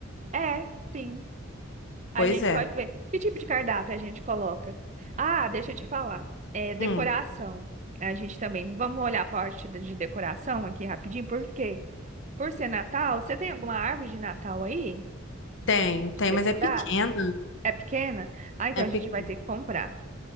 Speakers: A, on the right; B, on the left.
A: É, sim,
B: Pois
A: a gente
B: é.
A: pode ver. Que tipo de cardápio a gente coloca? Ah, deixa eu te falar. É decoração.
B: Hum,
A: A gente também. Vamos olhar a parte de de decoração aqui rapidinho, por quê? Por ser Natal, você tem alguma árvore de Natal aí?
B: tem,
A: Pra gente
B: tem,
A: decorar?
B: mas é pequena.
A: É pequena? Ah, então
B: É,
A: a gente
B: pe...
A: vai ter que comprar